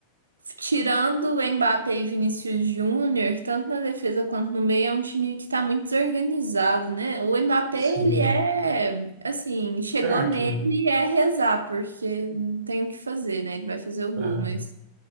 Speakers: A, on the right; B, on the right.
A: Tirando o Mbappé e Vinícius Júnior, tanto na defesa quanto no meio, é um time que tá muito desorganizado, né? O Mbappé,
B: Sim,
A: ele é, assim, chegou
B: craque,
A: nele
B: né?
A: e é rezar, porque não tem o que fazer, né? Ele vai fazer o
B: Tá.
A: gol, mas...